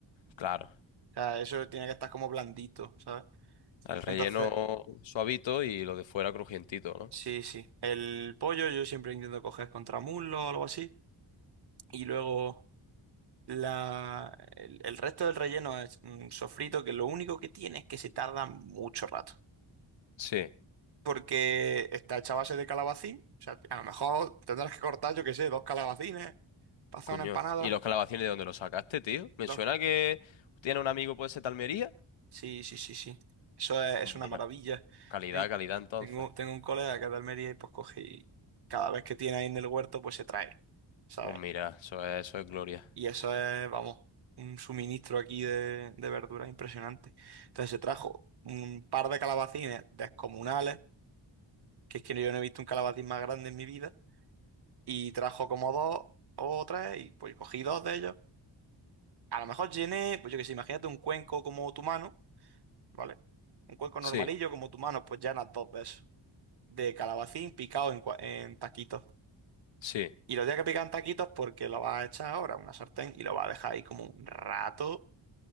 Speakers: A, on the left (about 75°); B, on the right (about 55°).
A: Claro,
B: sea, eso tiene que estar como blandito, ¿sabes?
A: el relleno
B: Entonces,
A: suavito y lo de fuera crujientito, ¿no?
B: sí, sí. El pollo yo siempre intento coger contramuslo o algo así. Y luego. La, el, el resto del relleno es un sofrito que lo único que tiene es que se tarda mucho rato.
A: Sí.
B: Porque está hecha a base de calabacín. O sea, a lo mejor tendrás que cortar, yo qué sé, dos calabacines para hacer
A: Coño.
B: una empanada.
A: ¿Y los calabacines de dónde los sacaste, tío? Me
B: Los-
A: suena que tiene un amigo, puede ser de Almería.
B: Sí, sí, sí, sí. Eso es,
A: Pues
B: es
A: mira.
B: una maravilla.
A: Calidad,
B: Ten-
A: calidad entonces.
B: Tengo, tengo un colega que es de Almería y pues coge y cada vez que tiene ahí en el huerto, pues se trae. ¿Sabes?
A: Pues mira, eso es, eso es gloria.
B: Y eso es, vamos, un suministro aquí de, de verduras impresionante. Entonces se trajo un par de calabacines descomunales, que es que yo no he visto un calabacín más grande en mi vida, y trajo como dos o tres, y pues cogí dos de ellos. A lo mejor llené, pues yo qué sé, imagínate un cuenco como tu mano, ¿vale? Un cuenco
A: Sí,
B: normalillo como tu mano, pues llenas dos de esos, de calabacín picado en, cua- en taquitos.
A: sí.
B: Y lo tienes que picar en taquitos porque lo vas a echar ahora a una sartén y lo vas a dejar ahí como un rato